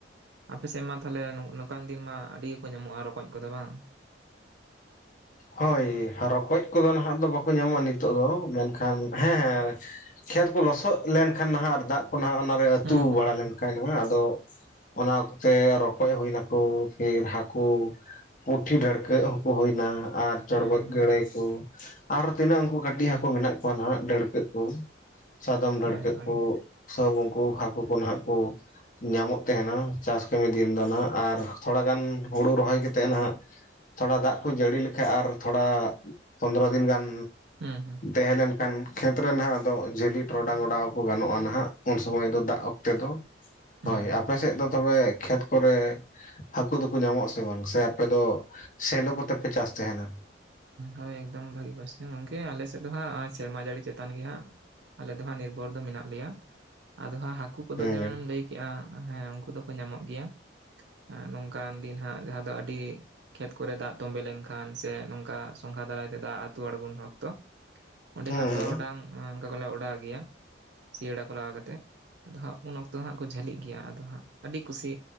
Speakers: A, on the right (about 60°); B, on the left (about 45°).
A: ᱟᱯᱮᱥᱮᱫ ᱢᱟ ᱛᱟᱦᱚᱞᱮ ᱱᱚᱝᱠᱟᱱ ᱫᱤᱱ ᱢᱟ ᱟᱹᱰᱤ ᱜᱮᱠᱚ ᱧᱟᱢᱚᱜᱼᱟ ᱨᱚᱠᱚᱡ ᱠᱚᱫᱚ ᱵᱟᱝ?
B: ᱦᱳᱭ ᱨᱚᱠᱚᱡ ᱠᱚᱫᱚ ᱱᱟᱦᱟᱜ ᱫᱚ ᱵᱟᱠᱚ ᱧᱟᱢᱚᱜᱼᱟ ᱱᱤᱛᱚᱜ ᱫᱚ, ᱢᱮᱱᱠᱷᱟᱱ ᱦᱮᱸ ᱠᱷᱮᱛ ᱠᱚ ᱞᱚᱥᱚᱫ ᱞᱮᱱᱠᱷᱟᱱ ᱟᱨ ᱫᱟᱜ ᱠᱚ ᱱᱟ ᱚᱱᱟᱨᱮ ᱟᱹᱛᱩ
A: ᱦᱩᱸ ᱦᱩᱸ
B: ᱵᱟᱲᱟ
A: ᱦᱩᱸ
B: ᱞᱮᱱᱠᱷᱟᱱ ᱟᱫᱚ ᱚᱱᱟ ᱚᱠᱛᱮ ᱨᱚᱠᱚᱡ ᱦᱩᱭ ᱱᱟᱠᱚ, ᱯᱷᱤᱨ ᱦᱟᱹᱠᱩ, ᱯᱩᱴᱷᱤ ᱰᱟᱹᱲᱠᱟᱹᱜ ᱦᱚᱸᱠᱚ ᱦᱩᱭᱱᱟ ᱟᱨ ᱪᱚᱲᱜᱚᱡ
A: ᱦᱮᱸ ᱦᱮᱸ
B: ᱜᱟᱹᱲᱟᱹᱭ ᱠᱚ ᱟᱨ ᱛᱤᱱᱟᱹᱜ ᱩᱱᱠᱩ ᱠᱟᱹᱴᱤᱡ ᱦᱟᱹᱠᱩ ᱢᱮᱱᱟᱜ ᱠᱚᱣᱟ ᱱᱟᱜ, ᱰᱟᱹᱲᱠᱟᱹᱜ ᱠᱚ ᱥᱟᱫᱚᱢ ᱰᱟᱹᱲᱠᱟᱹᱜ
A: ᱦᱮᱸ ᱦᱳᱭ
B: ᱠᱚ ᱥᱟ ᱩᱱᱠᱩ ᱦᱟᱹᱠᱩ ᱠᱚ ᱱᱟᱦᱜ ᱠᱚ ᱧᱟᱢᱚᱜ ᱛᱟᱦᱮᱱᱟ ᱪᱟᱥ ᱠᱟᱹᱢᱤ ᱫᱤᱱ ᱫᱚ ᱟᱸᱜ ᱟᱨ ᱛᱷᱚᱲᱟᱟᱜᱟᱱ ᱦᱩᱲᱩ ᱨᱚᱦᱚᱭ ᱠᱟᱛᱮᱫ ᱱᱟᱦᱟᱸᱜ ᱛᱷᱚᱲᱟ ᱫᱟᱜ ᱠᱚ ᱡᱟᱹᱲᱤ ᱞᱮᱠᱷᱟᱱ ᱟᱨ ᱛᱷᱚᱲᱟ ᱯᱚᱱᱨᱚ ᱫᱤᱱ ᱜᱟᱱ
A: ᱦᱩᱸ ᱦᱩᱸ
B: ᱛᱟᱦᱮᱸ ᱞᱮᱱᱠᱷᱟᱱ ᱠᱷᱮᱛ ᱨᱮ ᱱᱟᱜ ᱟᱫᱚ ᱡᱷᱟᱹᱞᱤ ᱴᱚᱨᱚᱰᱟᱝ ᱚᱰᱟᱣ ᱠᱚ ᱜᱟᱱᱚᱜᱼᱟ ᱦᱟᱜ ᱩᱱ ᱥᱚᱢᱚᱭ ᱫᱚ ᱫᱟᱜ ᱛᱮᱫᱚ
A: ᱦᱩᱸ
B: ᱦᱳᱭ
A: ᱦᱩᱸ
B: ᱟᱯᱮ ᱥᱮᱫ ᱫᱚ ᱛᱚᱵᱮ ᱠᱷᱮᱛ ᱠᱚᱨᱮ ᱦᱟᱹᱠᱩ ᱫᱚᱠᱚ ᱧᱟᱢᱚᱜ ᱟᱥᱮ ᱵᱟᱝ ᱥᱮ ᱟᱯᱮ ᱫᱚ ᱥᱮᱞᱚ ᱠᱚᱛᱮ ᱯᱮ ᱪᱟᱥ ᱛᱟᱦᱮᱱᱟ?
A: ᱦᱳᱭ ᱮᱠᱫᱚᱢ ᱵᱷᱟᱹᱜᱤ ᱠᱚᱥᱪᱮ ᱜᱚᱝᱠᱮ ᱟᱞᱮ ᱥᱮᱫ ᱫᱚ ᱦᱟᱸᱜ ᱥᱮᱨᱢᱟ ᱡᱟᱹᱲᱤ ᱪᱮᱛᱟᱱ ᱜᱮ ᱦᱟᱸᱜ ᱟᱞᱮ ᱫᱚ ᱦᱟᱸᱜ ᱱᱤᱨᱵᱷᱚᱨ ᱫᱚ ᱢᱮᱱᱟᱜ ᱞᱮᱭᱟ ᱟᱫᱚ ᱦᱟᱸᱜ ᱦᱟᱹᱠᱩ ᱠᱚᱫᱚ
B: ᱦᱮᱸ
A: ᱡᱮᱢᱚᱱᱮᱢ ᱞᱟᱹᱭᱮ ᱤᱭᱟ ᱦᱮᱸ ᱩᱱᱠᱩ ᱫᱚᱠᱚ ᱧᱟᱢᱚᱜ ᱜᱮᱭᱟ ᱱᱚᱝᱠᱟᱱ ᱫᱤᱱ ᱦᱟᱸᱜ ᱡᱟᱦᱟᱸ ᱫᱚ ᱟᱹᱰᱤ ᱠᱷᱮᱛ ᱠᱚᱨᱮ ᱫᱟᱜ ᱛᱚᱸᱵᱮ ᱞᱮᱱᱠᱷᱟᱱ ᱥᱮ ᱱᱚᱝᱠᱟ ᱥᱚᱝᱠᱷᱟ ᱫᱟᱨᱟᱭ ᱛᱮ ᱫᱟᱜ ᱛᱳ ᱟᱲᱜᱩᱱ ᱚᱠᱛᱚ ᱚᱸᱰᱮ
B: ᱦᱩᱸ
A: ᱦᱟᱸᱜ ᱴᱚᱨᱚᱰᱟᱝ
B: ᱦᱩᱸ
A: ᱚᱱᱠᱟ ᱠᱚᱞᱮ ᱚᱰᱟᱣ ᱜᱮᱭᱟ ᱥᱤᱭᱟᱲᱟ ᱠᱚ ᱞᱟᱜᱟᱣ ᱠᱟᱛᱮ ᱟᱫᱚ ᱦᱟᱸᱜ ᱩᱱ ᱚᱠᱛᱚ ᱦᱟᱸᱜ ᱠᱚ ᱡᱷᱟᱹᱞᱤᱜ ᱜᱮᱭᱟ ᱟᱫᱚ ᱦᱟᱸᱜ ᱟᱹᱰᱤ ᱠᱩᱥᱤ